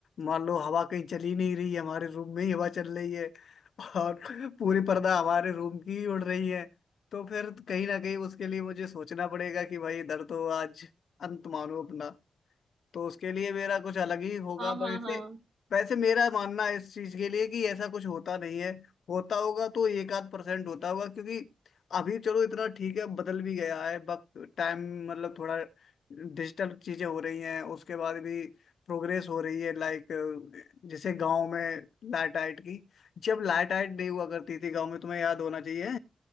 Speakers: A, on the left (about 55°); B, on the right (about 55°).
A: मान लो हवा कहीं चली नहीं रही है हमारे रूम में ही हवा चल रही है और <laughs> पूरी पर्दा हमारे रूम की ही उड़ रही है तो फिर कहीं ना कहीं उसके लिए मुझे सोचना पड़ेगा कि भाई इधर तो आज अंत मानो अपना तो उसके लिए मेरा कुछ अलग ही होगा
B: हाँ
A: पर
B: हाँ
A: ऐसे
B: हाँ
A: वैसे मेरा मानना है इस चीज के लिए कि ऐसा कुछ होता नहीं है होता होगा तो एक आध परसेंट होता होगा क्योंकि अभी चलो इतना ठीक है बदल भी गया है वक्त टाइम मतलब थोड़ा डिजिटल चीजें हो रही हैं उसके बाद भी प्रोग्रेस हो रही है लाइक जैसे गांव में लाइट आइट की जब लाइट आइट नहीं हुआ करती थी गांव में तुम्हें याद होना चाहिए